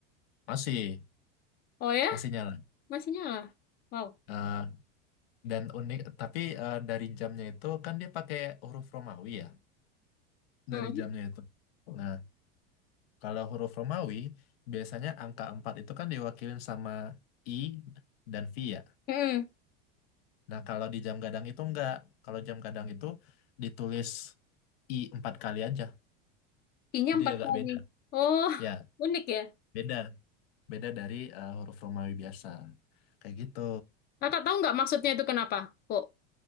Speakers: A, on the left; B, on the left.
A: Masih
B: Oh ya,
A: masih nyala.
B: masih nyala. Wow.
A: Eh, Dan unik, tapi eh, dari jamnya itu kan dia pakai huruf Romawi ya,
B: Hmm.
A: dari jamnya itu. Nah, kalau huruf Romawi biasanya angka 4 itu kan diwakilin sama I dan V ya.
B: Hmm.
A: Nah, kalau di jam gadang itu enggak. Kalau jam gadang itu ditulis I empat kali aja.
B: Kinya
A: Jadi
B: empat
A: agak
B: kali.
A: beda.
B: Oh,
A: Ya,
B: unik ya.
A: beda. Beda dari eh, huruf Romawi biasa. Kayak gitu.
B: Kakak tahu nggak maksudnya itu kenapa? Kok